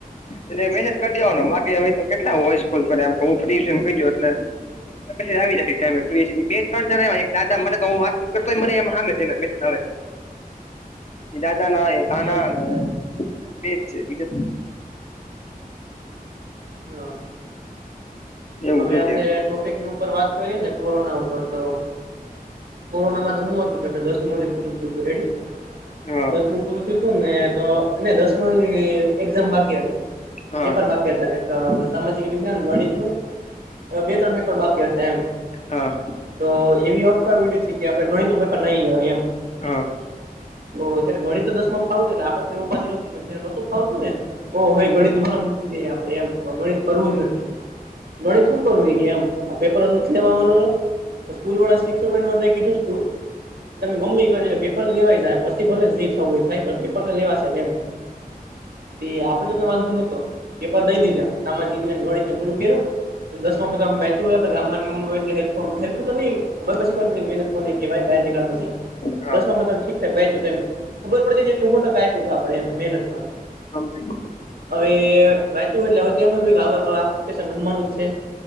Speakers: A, on the left; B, on the right.
A: એટલે મેસેજ કરી દેવાને-માગવે તો, કેટલા વોઇસ કોલ કરે, ફ્રી એમ કહી એટલે. મેસેજ આવી જશે, ટાઈમે ફ બે-ત્રણ જણ આવ્યા છે, દા મને તો હુ વાત નથી કરતો હોય, ને સામે છેને, મેસેજ આવે. એ દાદા ના એ કાના
B: હમ
A: અને બેજ છે, બજે
B: હા.
A: એવું
B: હવે
A: છે
B: આપડે
A: ત્યારે
B: ટોપિકની ઉપર વાત કરીએ, ને કોરોના ઉપર તો કોરોનામાં તો હુ હતુ, કે આપે દસમે પૂરું થયું હતું, રેડી.
A: હા
B: દસમું પૂરું થું હતુ ને, તો ને દસમ એક્ઝામ બાકી હતી.
A: હા
B: પેપર બાકી હતાલા એક સામાજિક વિજ્ઞાન, ગણિતનુ બે-ત્રણ પેપર બાકી હતા, એમ.
A: હા.
B: તો એવી ઓફર એડી કે, આપડે ગણિતું પેપર નઈ લેવાય એમ.
A: હા.
B: તો અત્યારે ગણી તો દસ માં ફાવતું, એટલે આપડે કઈ ઉપાધિ નહતી, પણને નોતું ફાવતું ને. ઓ હોય, ગણિત મને મૂકી દેએ, આપડે એમ તો ગણિત કરવું જ નથી. ગણી શું કરું કે, એમ આ પેપર નથી લેવાનો. સ્કૂલ વડા સ્તસોમાં કીધું તુ. તમે ગમી કરી લ લો પેપર તો લેવાય જાય, પીલે જી થવું એ થાય, પેપર તો લેવાશે, એમ. તે આપડે જો કઈ વાંધ નતો, પેપર દઈ દીધુ. સામાજિક ગણિતને પૂરું કર્યું, દસ માં બધા મે. યડે ગામ ગ હોય એલે હેર હેર ન હોય, પછ ખ પ મહેનત <unintelligible> કો કહેવાય, બાર નીકળ્યા પછી,
A: હા
B: દસમાં તમે ઠીકઠક વાય તેમ. ખબર પડે છે કે, મોટા કંઈક થઈ, આપણે એમ મહેનતમાં.
A: હા, જી.
B: હવે વાચું, એટલે હવે કેશ રમવાનું છે.